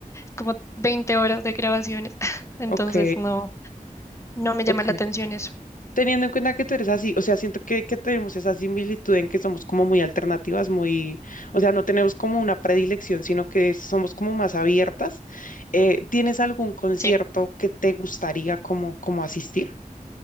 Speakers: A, on the left; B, on the left.
A: como 20 horas de grabaciones. <laughs> Entonces,
B: Ok,
A: no, no me
B: ok.
A: llama la atención eso.
B: Teniendo en cuenta que tú eres así, o sea, siento que, que tenemos esa similitud en que somos como muy alternativas, muy, o sea, no tenemos como una predilección, sino que somos como más abiertas. Eh, ¿tienes algún concierto
A: Sí.
B: que te gustaría como, como asistir?